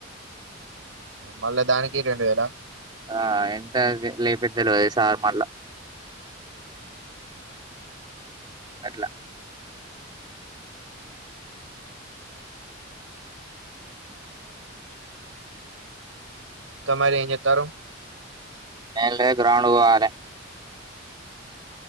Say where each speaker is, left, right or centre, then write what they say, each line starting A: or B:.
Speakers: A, on the right; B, on the right.
A: మళ్ళా దానికి రెండు వేళ్ల
B: ఆ ఎంత లేపిద్ద్ తెలవదు సార్ మళ్ళా అట్ల
A: ఇంకా మరి ఏమి చేస్తారు
B: ఏమి లే గ్రౌండ్ కి పోవాలే